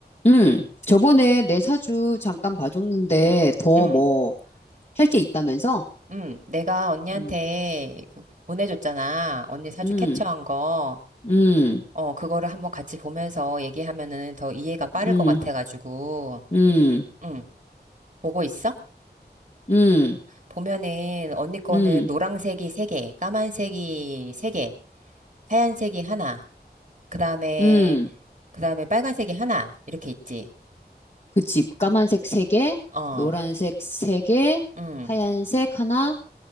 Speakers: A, on the left; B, on the right.
A: 응, 저번에 내 사주 잠깐 봐줬는데 더
B: 응,
A: 뭐 할 게 있다면서?
B: 응. 내가 언니한테
A: 응,
B: 그 보내줬잖아. 언니 사주
A: 응,
B: 캡처한 거.
A: 응,
B: 어, 그거를 한번 같이 보면서 얘기하면은 더 이해가 빠를
A: 응,
B: 것 같아가지고.
A: 응,
B: 응, 보고 있어?
A: 응,
B: 보면은 언니 거는
A: 응,
B: 노란색이 세개 까만색이 세개 하얀색이 하나, 그 다음에,
A: 응.
B: 그 다음에 빨간색이 하나, 이렇게 있지.
A: 그치. 까만색 세개
B: 어,
A: 노란색 세개
B: 응.
A: 하얀색 하나,